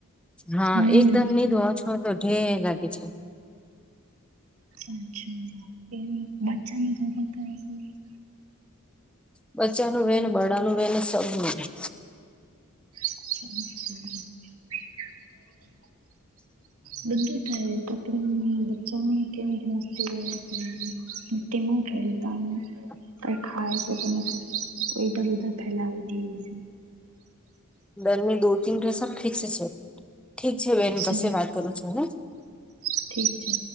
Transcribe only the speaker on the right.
હમ
અચ્છા એ બચ્ચાની કરી કરી,
<inaudible>
બધું થાય કપડાં બચ્ચામાં કેમ કે મસ્તી કરે છે, ટીમું ખેલતા હોય,
તો ખાય છે, તમે ઉધર ઉધર ફેલાવી દઈ છે.
ચાલ
ઠીક છે.